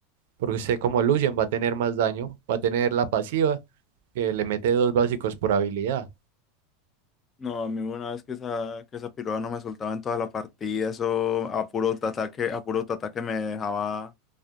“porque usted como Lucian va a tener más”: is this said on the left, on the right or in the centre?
Right